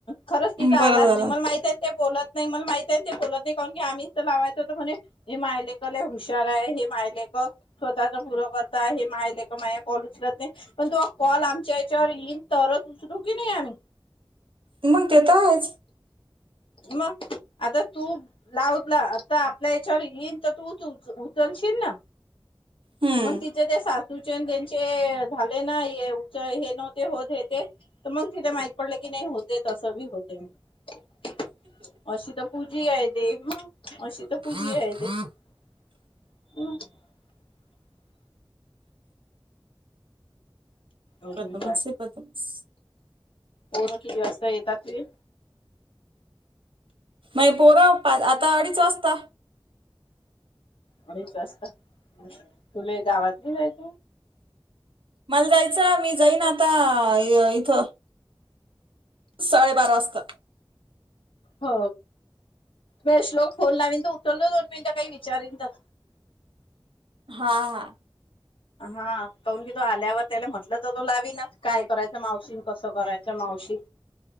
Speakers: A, on the left; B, on the right.
A: खरंच तिचां
B: बरं
A: आलाच
B: झालं
A: नाही मला माहित आहे ते बोलत नाही मला माहिती आहे ते बोलत नाही, कारण की आम्हीच तर लावायचं होतं म्हणे हे मायलेक लय हुशार आहे हे मायलेक स्वतःचा <unintelligible> करता आहे हे मायलेक माझा कॉल उचलत नाही. पण तुझा कॉल आमच्या याच्यावर येईल तरच उचलू की नाही आम्ही?
B: मग तेे तर आहेच.
A: मग आता तू लावतला आता आपल्या याच्यावर येईन तर तू उच उचलशील ना?
B: हम्म
A: मग तिचे ते सासूचे त्यांचे झाले ना हे उच हे नव्हते होत हे ते तर मग तिले माहित पडलं की नाही होतंय तसं बी होतंय म्हणून. अशी तर पूजी आहे ते <unintelligible>
B: <inaudible>
A: आहे ते <unintelligible> अजून
B: बदमास
A: काय
B: आहे बदमास.
A: पोरं किती वाजता येतात ती?
B: नाही पोरं आता अडीच वाजता
A: अडीच वाजता तुला गावातली जायच
B: मला जायचंमी जाई ना आता इथं साडेबारा वाजताात
A: हो बे लोक फोन लावीन तर उतरवलं दोन मिनिटं काही विचारन तर
B: हा हा
A: हा करून कि तो आल्यावर त्याने म्हटलं तू ला नास काय करायच मावशीन कस करायच्या मावशी